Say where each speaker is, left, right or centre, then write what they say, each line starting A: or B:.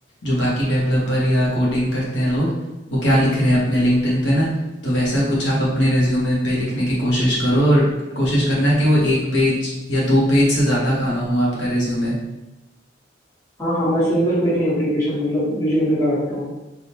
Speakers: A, on the left; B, on the left.
A: जो बाकी डेवलपर या कोडिंग करते हैं लोग वो क्या लिख रहे हैं अपने लिंक्डइन पे ना तो वैसा कुछ आप अपने रिज्यूमे पे लिखने की कोशिश करो और कोशिश करना कि वो एक पेज या दो पेज से ज़्यादा का ना हो आपका रिज्यूमे
B: हाँ हाँ मैं सिंगल पेज ही एप्लीकेशन मतलब रिज्यूमे का रखता हूँ